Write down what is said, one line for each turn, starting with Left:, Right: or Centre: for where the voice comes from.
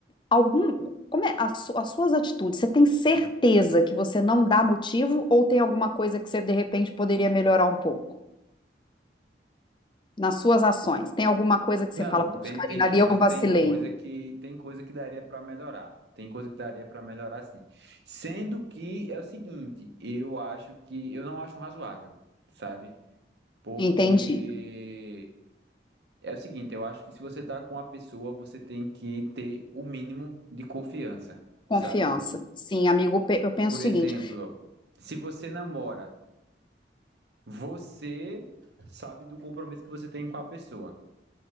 Left: algum, como é a su- as suas atitudes? Você tem certeza que você não dá motivo ou tem alguma coisa que você de repente poderia melhorar um pouco nas suas ações? Tem alguma coisa que você
Right: Não,
Left: fala, putz,
Right: tem,
Left: Karina,
Right: tem coisa,
Left: ali eu vacilei.
Right: tem coisa que tem coisa que daria para melhorar. Tem coisa que daria para melhorar, sim. Sendo que é o seguinte, eu acho que eu não acho razoável, sabe? Porque
Left: Entendi.
Right: é o seguinte, eu acho que se você tá com uma pessoa, você tem que ter o mínimo de confiança,
Left: Confiança.
Right: sabe?
Left: Sim, amigo, pe- eu penso
Right: Por
Left: o
Right: exemplo,
Left: seguinte,
Right: se você namora, você sabe do compromisso que você tem com a pessoa.